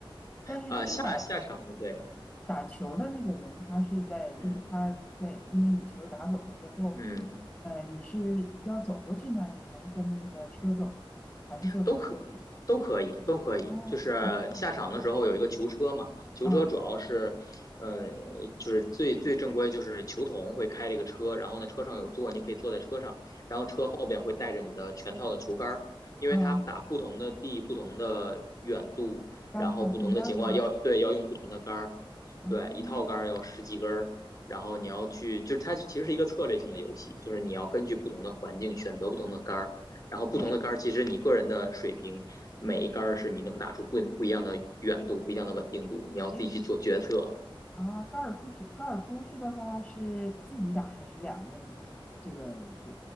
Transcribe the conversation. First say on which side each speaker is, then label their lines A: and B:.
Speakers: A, on the left; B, on the left.
A: 但是就是打
B: 啊，下下场的对，
A: 打球的那个人，他是在，就是他在，
B: 嗯
A: 因为你球打走了之后，
B: 嗯，
A: 呃，你是要走过去呢，你还是跟着那个车走，还是坐车过去？
B: 都可都可以，都可以。
A: 哦，
B: 就是下场的时候有一个球车嘛，
A: 哦，
B: 球车主要是，
A: 嗯
B: 呃，就是最最正规就是球童会开这个车，然后呢车上有座，你可以坐在车上，然后车后边会带着你的全套的球杆儿，因为它打不同的地、
A: 嗯，
B: 不同的远度，
A: 杆子还不一样吗？
B: 然后不同的情况要对要用不同的杆儿，
A: 哦，
B: 对，一套杆儿要十几根儿。然后你要去，就是它其实是一个策略性的游戏，就是你要根据不同的环境选择不同的杆儿，然后不同的杆儿，
A: 哎
B: 其实你个人的水平，每一杆儿是你能打出不不一样的远度，不一样的稳定度，你要自己去做决策。
A: 哎啊，高尔夫球，高尔夫是的话是自己打还是两个人？这个就